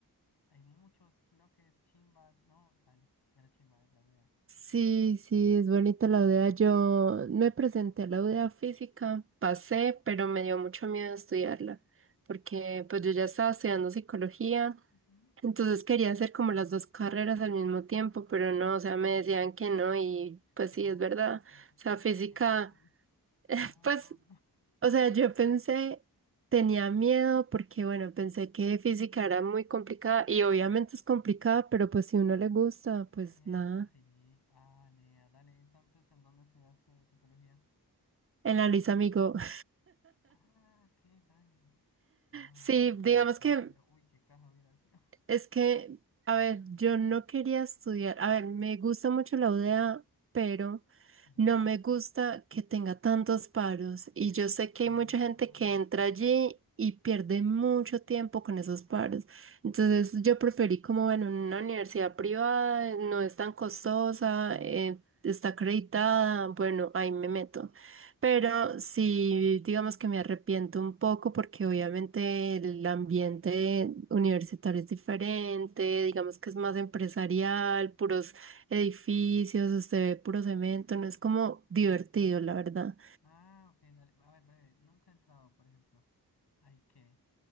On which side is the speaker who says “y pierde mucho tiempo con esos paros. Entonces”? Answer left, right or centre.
Right